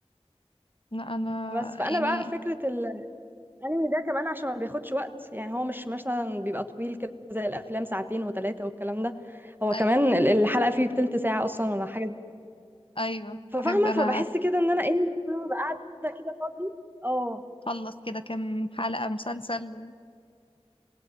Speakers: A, on the left; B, on the right.
A: لا انا
B: بس فانا
A: يعني
B: بقى فكره الانمي ده كمان عشان ما بياخدش وقت يعني هو مش مثلا بيبقى طويل كده زي الافلام ساعتين وثلاثه والكلام ده هو
A: اي
B: كمان ال- الحلقه فيه بتلت ساعه اصلا ولا حاجه
A: ايوه
B: ففاهمه
A: بحب انا
B: فبحس كده ان انا ايه طول ما ببقى قاعده كده فاضيه اه
A: اخلص كده كام حلقة مسلسل